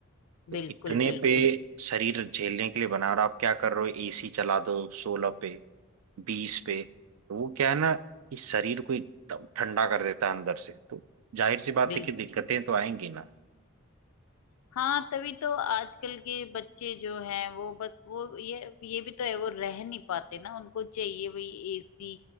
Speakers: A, on the right; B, on the left.
A: तो
B: बिल्कुल
A: इतने
B: बिल्कुल
A: पे शरीर झेलने के लिए बना और आप क्या कर रहे हो एसी चला दो सोलह पे बीस पे तो वो क्या है ना कि शरीर को एकदम ठंडा कर देता है अंदर से तो जाहिर सी बात
B: बिल्कुल
A: है कि दिक्कतें तो आएंगी ना
B: हाँ तभी तो आजकल के बच्चे जो हैं वो बस वो ये ये भी तो है वो रह नहीं पाते ना उनको चाहिए भाई एसी